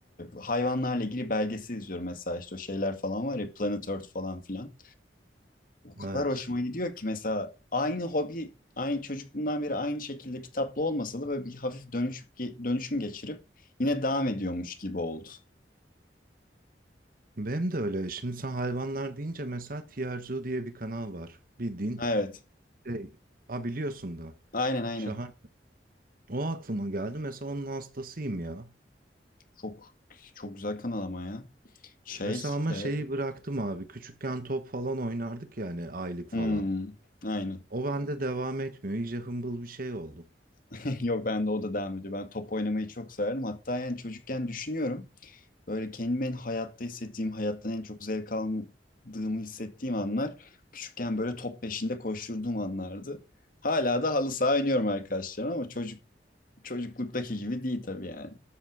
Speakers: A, on the left; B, on the right.
A: hayvanlarla ilgili belgesi izliyorum mesela işte o şeyler falan var ya Planet Earth falan filan. O kadar
B: Evet.
A: hoşuma gidiyor ki mesela aynı hobi, aynı çocukluğumdan beri aynı şekilde kitaplı olmasa da böyle bir hafif dönüşüp ge- dönüşüm geçirip yine devam ediyormuş gibi oldu.
B: Benim de öyle. Şimdi sen hayvanlar deyince mesela TRZ diye bir kanal var. bir din
A: Evet.
B: şey. Ha biliyorsun da.
A: Aynen aynen.
B: Şahane. O aklıma geldi. Mesela onun hastasıyım ya.
A: Çok çok güzel kanal ama ya. Şey,
B: Mesela ama
A: e,
B: şeyi bıraktım abi. Küçükken top falan oynardık yani aylık falan.
A: hmm, aynen.
B: O bende devam etmiyor. İyice hımbıl bir şey oldum.
A: <laughs> Yok bende o da devam ediyor. Ben top oynamayı çok severdim. Hatta yani çocukken düşünüyorum. Böyle kendimi en hayatta hissettiğim, hayattan en çok zevk aldığımı hissettiğim anlar küçükken böyle top peşinde koşturduğum anlardı. Hala da halı saha oynuyorum arkadaşlarım ama çocuk çocukluktaki gibi değil tabii yani.